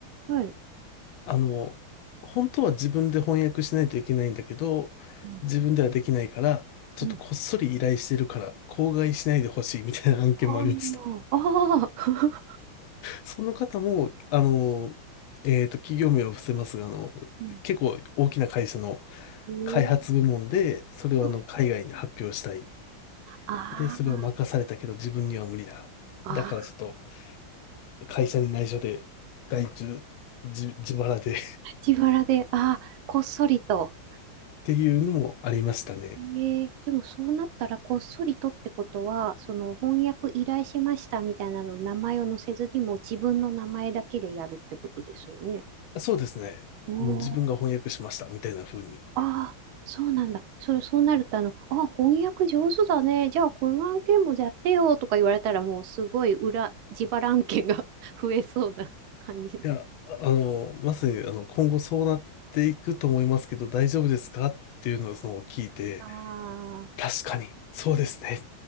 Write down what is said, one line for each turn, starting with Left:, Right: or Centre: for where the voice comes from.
Right: はい。
Left: あの、本当は自分で翻訳しないといけないんだけど、
Right: うん、
Left: 自分ではできないから、ちょっとこっそり依頼してるから、
Right: うん。
Left: 口外しないでほしいみたいな案件もありました。
Right: あーまあ、あー、
Left: その方も、あの、えっと、企業名は伏せますが、あの、
Right: <laughs>
Left: 結構大きな会社の
Right: えー、
Left: 開発部門で、それをあの、
Right: はい。
Left: 海外に発表したい。
Right: あー
Left: で、それを任されたけど、自分には無理だ。
Right: あ
Left: だからちょっと、会社に内緒で、外注、じ自腹で <laughs> っ
Right: ー、自腹で、ああ、こっそりと。
Left: ていうのもありましたね。
Right: ええでもそうなったら、こっそりとってことは、その翻訳依頼しましたみたいなの、名前を載せずにもう自分の名前だけでやるってことですよね。
Left: そうですね。
Right: おー、
Left: もう自分が翻訳しました、みたいな風に。い
Right: ああ、そうなんだ。それ、そうなると、あの、あ翻訳上手だね。じゃあ、この案件もやってよとか言われたら、もうすごい裏、自腹案件が <laughs> 増えそうな感じ。
Left: や、あの、まさに、あの、今後そうなっていくと思いますけど、大丈夫ですかっていうのをその聞いて、
Right: あ
Left: 確かに、そうですね。